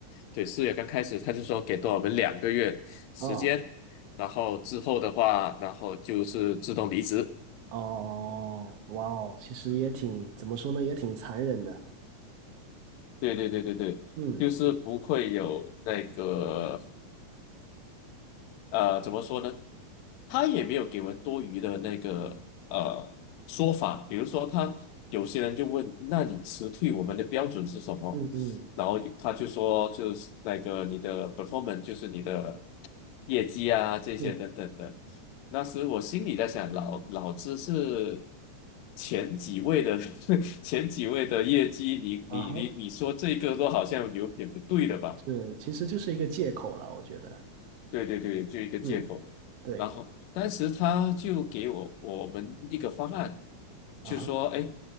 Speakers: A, on the left; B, on the right.
A: 对，四月刚开始，他就说给多我们两个月时间，
B: 啊，
A: 然后之后的话，然后就是自动离职。
B: 哦，哇哦，其实也挺，怎么说呢，也挺残忍的。
A: 对对对对对，
B: 嗯
A: 就是不会有那个。呃，怎么说呢？他也没有给我们多余的那个呃说法，比如说他有些人就问，那你辞退我们的标准是什么？
B: 嗯嗯
A: 然后他就说，就是那个你的 performance，就是你的业绩啊这些等等的。
B: 嗯，
A: 那时我心里在想，老老子是前几位的 <laughs> 前几位的业绩，你你你你说这个都好像有点不对了吧？
B: 啊哈，是，其实就是一个借口了，我觉得。
A: 对对对，就一个借口。
B: 嗯，对，
A: 然后当时他就给我我们一个方案，
B: 啊哈，
A: 就说，哎，